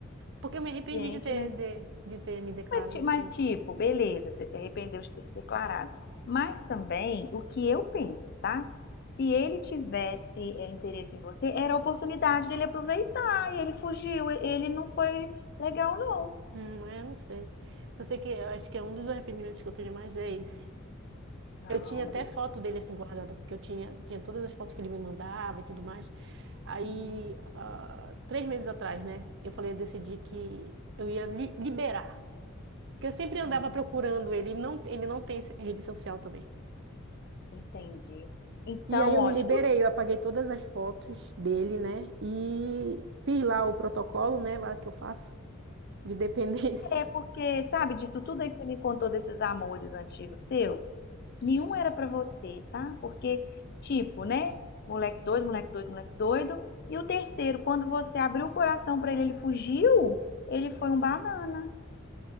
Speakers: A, on the right; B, on the left.
A: Porque eu me arrependi
B: gente,
A: de ter,
B: mas
A: de, de ter me declarado
B: Mas, ti- mas,
A: pra ele.
B: tipo, beleza, você se arrependeu de ter se declarado. Mas também, o que eu penso, tá? Se ele tivesse é, interesse em você, era a oportunidade dele aproveitar. E ele fugiu, e- ele não foi legal, não.
A: Hum, é, eu não sei. Só sei que eu acho que é um dos arrependimentos que eu tenho mais é esse.
B: Não,
A: Eu tinha
B: mas
A: até
B: ele...
A: foto dele assim guardada, porque eu tinha, tinha todas as fotos que ele me mandava e tudo mais. Aí,
B: Hum,
A: ah, três meses atrás, né, eu falei, eu decidi que eu ia li- liberar. Porque eu sempre andava
B: uhum,
A: procurando ele, ele não, ele não tem rede social também.
B: entendi. Então,
A: E aí eu
B: ó,
A: me
B: de
A: liberei,
B: tudo.
A: eu apaguei todas as fotos dele, né, e fiz lá o protocolo, né, lá que eu faço de <laughs> dependência.
B: É porque, sabe, disso tudo aí que você me contou desses amores antigos seus, nenhum era pra você, tá? Porque, tipo, né? Moleque doido, moleque doido, moleque doido. E o terceiro, quando você abriu o coração pra ele, ele fugiu, ele foi um banana.